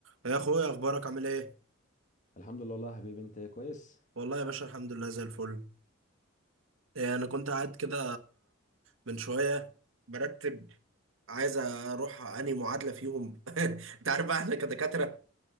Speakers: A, on the right; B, on the left.
A: يا اخويا اخبارك عامل ايه
B: الحمد لله والله يا حبيبي انت كويس
A: والله يا باشا الحمد لله زي الفل إيه، انا كنت قاعد كده من شويه برتب عايز اروح انهي معادله فيهم <laughs> انت عارف بقى احنا كدكاتره